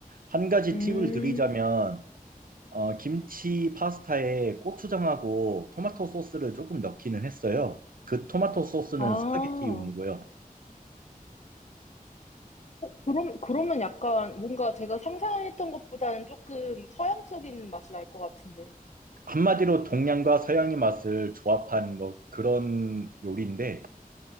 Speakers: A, on the right (about 70°); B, on the left (about 50°).
A: 한 가지
B: 음,
A: 팁을 드리자면 어, 김치 파스타에 고추장하고 토마토 소스를 조금 넣기는 했어요. 그 토마토 소스는
B: 아, 어,
A: 스파게티용이고요.
B: 그럼, 그러면 약간 뭔가 제가 상상했던 것보다는 조금 서양적인 맛이 날 것 같은데.
A: 한마디로 동양과 서양의 맛을 조합한 뭐 그런 요리인데,